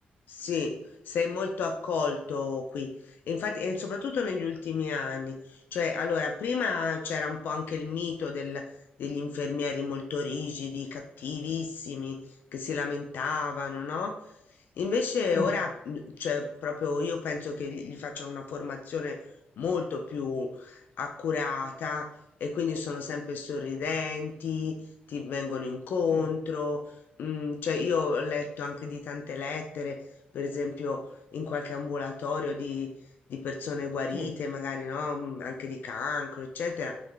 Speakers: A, on the left; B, on the left.
A: Sì, sei molto accolto qui. E infatti, e soprattutto negli ultimi anni. Cioè, allora, prima c'era un po' anche il mito del- degli infermieri molto rigidi, cattivissimi, che si lamentavano, no? Invece
B: Sì,
A: ora, mm, cioè, proprio io penso che gli gli facciano una formazione molto più accurata e quindi sono sempre sorridenti, ti vengono incontro.
B: sì,
A: Mm, cioè, io ho letto anche di tante lettere per esempio in qualche ambulatorio di, di persone guarite,
B: sì,
A: magari no, mm, anche di cancro, eccetera,